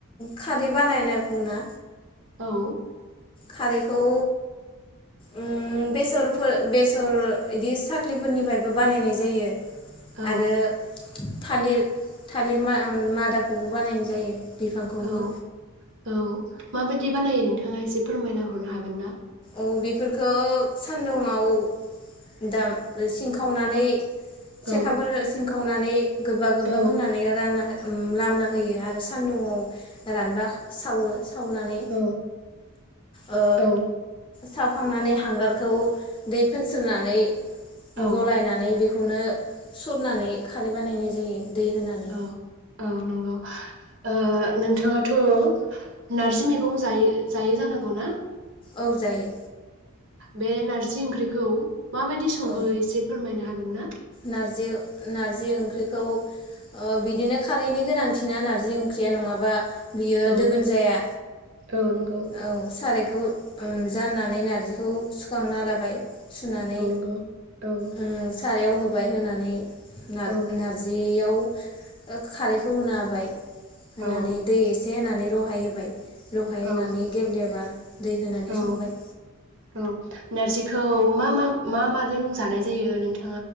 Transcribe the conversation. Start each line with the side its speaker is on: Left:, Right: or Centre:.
Left: खारै बानायनायखौ ना?
Right: औ।
Left: खारैखौ उम बेसरफोर बेसर इदि साख्लिफोरनिफ्रायबो बानायनाय जायो।
Right: औ
Left: आरो थालिर थालिर माद-मादाखौबो बानायनाय जायो। बिफांखौबो
Right: औ औ। माबायदि बानायो नोंथाङा एसे फोरमायना हरनो हागोन ना?
Left: बेफोरफोरखौ सानदुुंङाव दाम सिनखावनानै
Right: औ
Left: सेखाफोर सिं खावनानै गोबा गोबा
Right: औ
Left: खामनानै रानना हो लामना होयो आरो सान्दुङाव रानबा सावो। सावनानै
Right: औ
Left: ओ
Right: औ
Left: सावखांनानै हांगारखौ दै फोनस्रोनानै
Right: औ
Left: गलायनानै बेख खौनो सरनानै खारै बानायनाय जायो दै होनानै
Right: औ औ नंगौ ओ नोंथाङाथ' नारजि मेगं जायो जायो जानांगौ ना?
Left: औ जायो।
Right: बे नारजि ओंख्रिखौ माबायदि सङो
Left: औ
Right: एसे फोरमायनो हागोन ना?
Left: नारजि नारजि ओंख्रिखौ ओ बिदिनो खारैनि गोनांथिना नारजि ओंख्रिया नङाबा बियो
Right: औ
Left: दोगोन जाया
Right: औ नंगौ
Left: औ सारायखौ उम जाननानै नारजिखौ सुखांना लाबाय। सुनानै
Right: गौ औ।
Left: उम <unintelligible> होनानै नार-नारजियाव।
Right: औ
Left: खारैखौ होनो होबाय। होनानै
Right: औ
Left: दै एसे। एसे होनानै रहाय होबाय। रहाय होनानै
Right: औ
Left: गेब्लेबा दै होनानै
Right: औ
Left: संबाय।
Right: औ नारजिखौ मा मा मा माजों जानाय जायो नोंथ